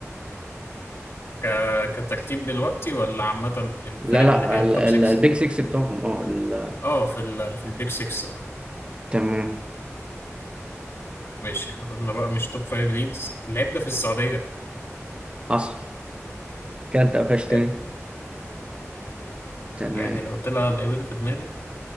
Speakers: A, on the left (about 60°); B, on the right (about 20°).
A: ك... كترتيب دلوقتي ولا عامة الفرق
B: لا لا
A: اللي هي التوب
B: ال- ال-
A: 6
B: البيج 6 بتوعهم اه
A: اه في ال... في البيج 6 اه
B: تمام
A: ماشي احنا قلنا بقى مش توب فايف ليجز اللعيب ده في السعودية
B: حصل كده انت قفشتني
A: حلو.
B: تمام
A: يعني لو طلع اللعيب اللي في دماغي